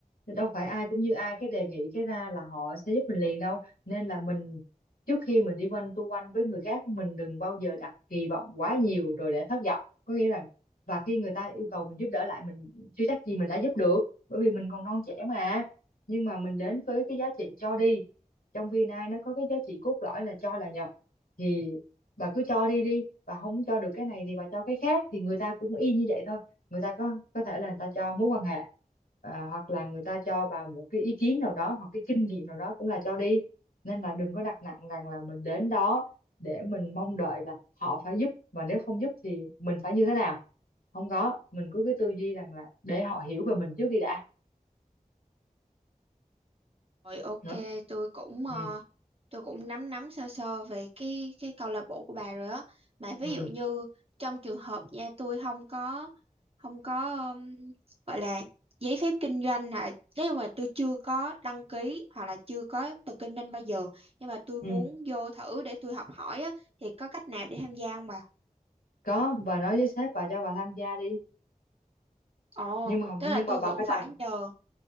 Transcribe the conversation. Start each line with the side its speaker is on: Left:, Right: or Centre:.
Left: Thì đâu phải ai cũng như ai cái đề nghị cái ra là họ sẽ giúp mình liền đâu nên là mình trước khi mình đi quanh tu quanh với người khác mình đừng bao giờ đặt kỳ vọng quá nhiều rồi để thất vọng có nghĩa là và khi người ta yêu cầu mình giúp đỡ lại mình chưa chắc gì mình đã giúp được bởi vì mình còn non trẻ mà nhưng mà mình đến với cái giá trị cho đi trong VNI nó có cái giá trị cốt lõi là cho là nhận thì bà cứ cho đi đi bà không cho được cái này thì bà cho cái khác thì người ta cũng y như vậy thôi người ta có có thể là người ta cho mối quan hệ à, hoặc là người ta cho bà một cái ý kiến nào đó hoặc cái kinh nghiệm nào đó cũng là cho đi nên là đừng có đặt nặng rằng là mình đến đó để mình mong đợi là họ phải giúp và nếu không giúp thì mình phải như thế nào không có mình cứ cái tư duy rằng là để họ hiểu về mình trước đi đã
Right: Rồi ok,
Left: Đó.
Right: tôi cũng ờ,
Left: ừ
Right: tôi cũng nắm nắm sơ sơ về cái cái câu lạc bộ của bà rồi á. Mà ví
Left: ừ
Right: dụ như trong trường hợp nha, tôi không có không có ừm, gọi là giấy phép kinh doanh hả? Nếu mà tôi chưa có đăng ký hoặc là chưa có từng kinh doanh bao giờ, nhưng mà tôi
Left: ừ
Right: muốn vô thử để tôi học hỏi á thì có cách nào để tham gia không bà?
Left: có bà nói với sếp bà cho bà tham gia đi
Right: Ồ,
Left: nhưng mà
Right: tức
Left: nhưng
Right: là
Left: mà
Right: tôi
Left: bà
Right: vẫn
Left: phải
Right: phải
Left: làm
Right: nhờ